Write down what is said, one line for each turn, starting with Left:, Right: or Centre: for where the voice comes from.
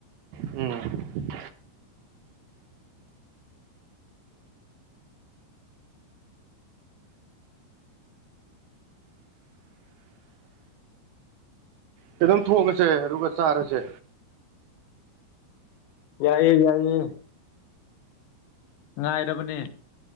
Right: ꯎꯝ ꯑꯩ ꯑꯗꯨꯝ ꯊꯣꯡꯉꯁꯦ ꯑꯗꯨꯒ ꯆꯥꯔꯁꯦ
Left: ꯌꯥꯏꯌꯦ ꯌꯥꯏꯌꯦ ꯉꯥꯏꯔꯕꯔꯕꯅꯦ